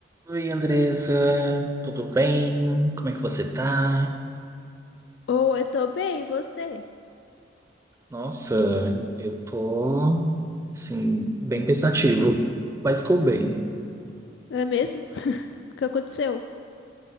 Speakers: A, on the right; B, on the left.
A: Oi, Andresa, tudo bem? Como é que você tá?
B: Ou eu tô bem, e você?
A: Nossa, eu tô, assim, bem pensativo, mas tô bem.
B: é mesmo? <laughs> O que aconteceu?